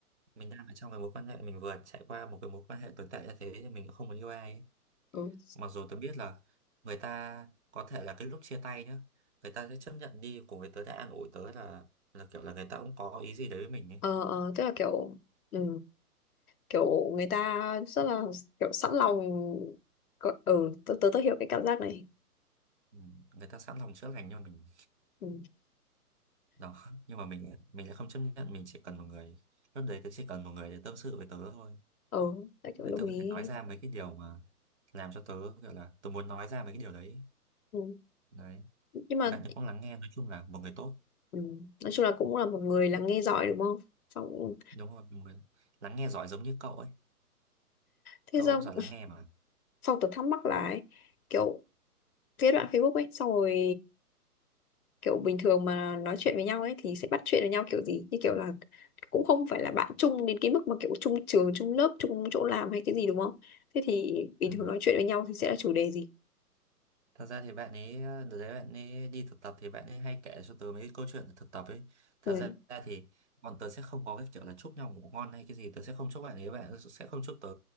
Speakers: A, on the right (about 50°); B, on the left (about 65°).
A: mình đang ở trong cái mối quan hệ mình vừa trải qua một cái mối quan hệ tồi tệ như thế thì mình cũng không muốn yêu ai ấy.
B: ừ.
A: mặc dù tớ biết là người ta có thể là cái lúc chia tay nhá người ta sẽ chấp nhận đi cùng với tớ đã an ủi tớ là là kiểu là người ta cũng có ý gì đấy với mình ấy
B: ờ ờ, tức là kiểu ừ. kiểu người ta rất là kiểu sẵn lòng có- ừ tớ tớ, tớ hiểu cái cảm giác này
A: Ừ, người ta sẵn lòng chữa lành cho mình
B: ừ
A: đó nhưng mà mình mình lại không chấp nhận mình chỉ cần một người lúc đấy tớ chỉ cần một người để tâm sự với tớ thôi
B: ừ tại kiểu
A: để
B: đồng
A: tớ
B: ý
A: có thể nói ra mấy cái điều mà làm cho tớ gọi là tớ muốn nói ra mấy cái điều đấy
B: ừ.
A: đấy
B: nhưng mà
A: thì bạn ấy cũng lắng nghe nói chung là một người tốt
B: ừ. nói chung là cũng là một người là nghe giỏi đúng không xong cũng-
A: đúng rồi một người lắng nghe giỏi giống như cậu ấy
B: thế
A: cậu
B: xong
A: cũng giỏi lắng nghe
B: <laughs>
A: mà
B: xong tớ thắc mắc là ấy, kiểu cái đoạn Facebook ấy xong rồi kiểu bình thường mà nói chuyện với nhau ấy thì sẽ bắt chuyện với nhau kiểu gì như kiểu là cũng không phải là bạn chung đến cái mức mà kiểu chung trường chung lớp chung chỗ làm hay cái gì đúng không thế thì bình
A: ừ.
B: thường nói chuyện với nhau thì sẽ là chủ đề gì
A: thật ra thì bạn ấy đợt đấy bạn ấy đi thực tập thì bạn ấy hay kể cho tớ mấy cái câu chuyện thực tập ấy thật
B: ừ
A: ra thì bọn tớ sẽ không có cái kiểu là chúc nhau ngủ ngon hay cái gì tớ sẽ không chúc bạn ấy bạn ấy sẽ không chúc tớ